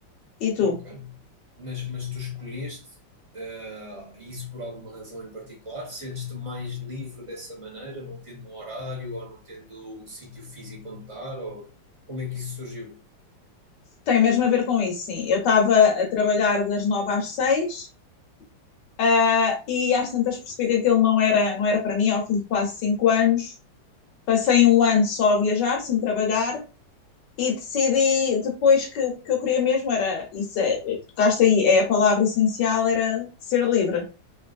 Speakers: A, on the left; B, on the right.
A: E tu?
B: Ok. Mas, mas tu escolheste ah, isso por alguma razão em particular? Sentes-te mais livre dessa maneira, não tendo um horário ou não tendo um sítio físico onde estar? Ou como é que isso surgiu?
A: Tem mesmo a ver com isso, sim. Eu estava a trabalhar das nove às seis ah, e às tantas percebi que aquilo não era, não era para mim ao fim de quase cinco anos. Passei um ano só a viajar, sem trabalhar, e decidi depois que o que eu queria mesmo era, isso é, tocaste aí, é a palavra essencial, era ser livre.